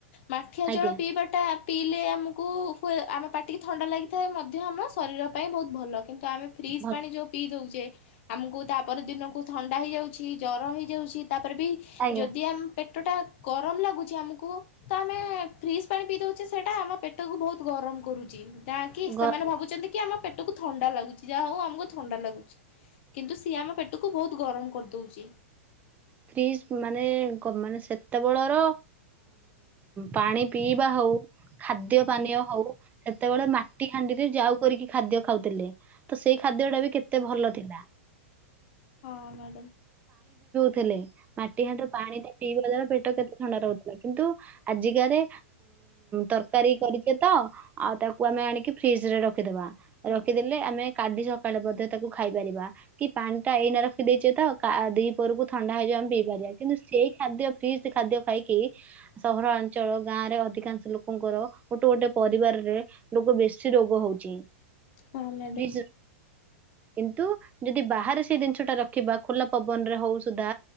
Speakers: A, on the left; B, on the right.
A: ମାଠିଆ
B: ଆଜ୍ଞା
A: ଜଳ ପିଇବାଟା। ପିଇଲେ ଆମକୁ ଆମେ ପାଟିକି ଥଣ୍ଡା ଲାଗିଥାଏ ମଧ୍ୟ ଆମ ଶରୀର ପାଇଁ ବହୁତ ଭଲ କିନ୍ତୁ ଆମେ ଫ୍ରିଜ୍
B: ଭଲ
A: ପାଣି ଯେଉଁ ପିଇ ଦେଉଛେ। ଆମକୁ ତାପରେ ଦିନକୁ ଥଣ୍ଡା ହେଇଯାଉଛି ଜରମ ହେଇଯାଉଛି ତାପରେ ବି
B: ଆଜ୍ଞା
A: ଯଦି ଆମ। ପେଟ ଟା ଗରମ ଲାଗୁଛି ଆମକୁ ତ ଆମେ ଫ୍ରିଜ୍ ପାଣି ପିଇ ଦଉଛେ ସେଇଟା ଆମ ପେଟକୁ ବହୁତ ଗରମ। କରୁଛି ଯାହାକି
B: ଗ
A: ସେମାନେ ଭାବୁଛନ୍ତି କି ଆମ ପେଟକୁ ଥଣ୍ଡା ଲାଗୁଛି ଯାହା ହଉ ଆମକୁ ଥଣ୍ଡା ଲାଗୁଛି। କିନ୍ତୁ ସିଏ ଆମ ପେଟକୁ ବହୁତ ଗରମ କରିଦଉଛି।
B: ଫ୍ରିଜ୍ ମାନେ ମାନେ ସେତେବେଳର ପାଣି ପିଇବା ହଉ ଖାଦ୍ୟ ପାନୀୟ ହଉ ସେତେବେଳେ ମାଟି ହାଣ୍ଡିରେ ଯାଉ କରିକି ଖାଦ୍ୟ ଖାଉଥିଲେ ତ ସେଇ ଖା ଖାଦ୍ୟ ଟା ବି କେତେ ଭଲ ଥିଲା।
A: ହଁ ମ୍ୟାଡ଼ମ୍।
B: ଥିଲେ ମାଟି ହାଟ ପାଣି ଟ ପିଇବା ଦ୍ଵାରା ପେଟ କେତେ ଥଣ୍ଡା ରହୁଥିଲା କିନ୍ତୁ ଆଜିକାରେ ତରକାର କରିଛେ ତ ଆଉ ତାକୁ ଆମେ ଆଣି ଫ୍ରିଜରେ ରଖିଦବା ରଖିଦଲେ। ଆମେ କାଲି ସକାଳେ ମଧ୍ୟ ତାକୁ ଖାଇପାରିବା କି ପାଣି ଟା ଏଇନା ରଖି ଦେଇଛେ ତ ଦି ପହରକୁ। ଥଣ୍ଡା ହେଇଯାଉ ଆମେ ପିଇପାରିବା କିନ୍ତୁ ସେଇ ଖାଦ୍ୟ ଫ୍ରିଜ ଖାଦ୍ୟ ଖାଇକି ସହରାଞ୍ଚଳ ଗାଁ ରେ। ଅଧିକାଂଶ ଲୋକଙ୍କର ଗୋଟେ ଗୋଟେ ପରିବାରରେ ଲୋକ ବେଶୀ ରୋଗ ହଉଛି।
A: ହଁ ମ୍ୟାଡ଼ମ୍।
B: ଫ୍ରିଜ କିନ୍ତୁ ଯଦି ବାହାରେ ସେଇ ଜିନିଷ ଟା ରଖିବା ଖୋଲା ପବନ ରେ ହଉ ସୁଧା